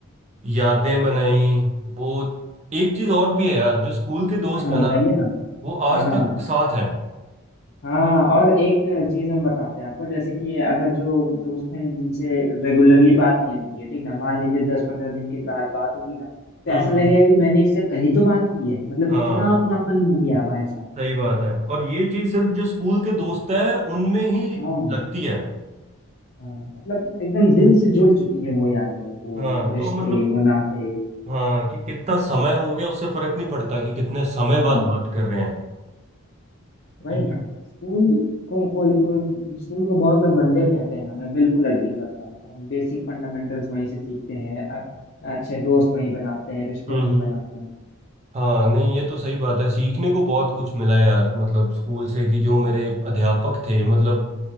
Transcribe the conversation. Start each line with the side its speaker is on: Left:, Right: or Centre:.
Right: यादें बनाई वो एक चीज और भी है यार जो स्कूल के दोस्त
Left: हाँ हाँ
Right: है
Left: बताइए
Right: ना
Left: ना
Right: वो आज
Left: हाँ हाँ
Right: तक साथ हैं
Left: हाँ और एक चीज हम बताते हैं आपको जैसे कि अगर जो दोस्त हैं जिनसे रेगुलरली बात नहीं होती है ठीक ना मान लीजिए दस पंद्रह दिन के बाद बात होगी ना तो
Right: हम्म
Left: ऐसा लगेगा कि मैंने इससे कल ही तो बात की है मतलब
Right: हाँ
Left: इतना अपनापन हो गया भाई साहब
Right: सही बात है और ये चीज सिर्फ जो स्कूल के दोस्त है उनमें ही
Left: हाँ
Right: लगती है
Left: हाँ मतलब एकदम दिल से जुड़ चुकी है वो यादें वो
Right: हाँ
Left: रिश्ते
Right: तो मतलब
Left: वो नाते
Right: हाँ कि कितना समय हो गया उससे फर्क नहीं पड़ता कि कितने समय
Left: हाँ
Right: बाद बात कर रहे हैं
Left: वही
Right: ये
Left: ना
Right: जो-
Left: स्कूल को, को, को स्कूल को बहुत लोग मंदिर कहते हैं ना मैं बिल्कुल अग्री करता हूँ हम बेसिक फंडामेंटल्स वहीं से सीखते हैं अ- अच्छे दोस्त वहीं बनाते हैं रिश्ते
Right: हम्म
Left: वहीं
Right: हम्म
Left: बनाते हैं
Right: हाँ नहीं ये तो सही बात है सीखने को बहुत कुछ मिला यार मतलब स्कूल से कि जो मेरे अध्यापक थे मतलब